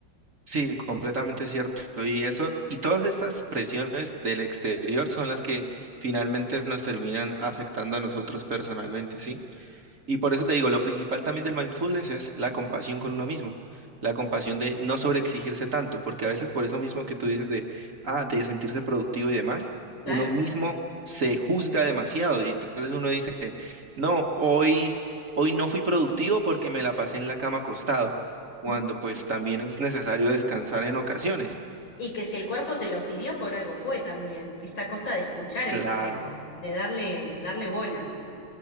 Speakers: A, on the right; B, on the left.
A: Sí, completamente cierto. Y eso, y todas estas presiones del exterior son las que finalmente nos terminan afectando a nosotros personalmente, ¿sí? Y por eso te digo, lo principal también del mindfulness es la compasión con uno mismo, la compasión de no sobreexigirse tanto, porque a veces por eso mismo que tú dices de, ah, de sentirse productivo y demás,
B: claro.
A: uno mismo se juzga demasiado y entonces uno dice, no, hoy, hoy no fui productivo porque me la pasé en la cama acostado, cuando
B: <laughs>
A: pues también es necesario descansar en ocasiones.
B: Y que si el cuerpo te lo pidió, por algo fue también, esta cosa de escuchar el
A: Claro.
B: cuerpo, de darle, darle bola.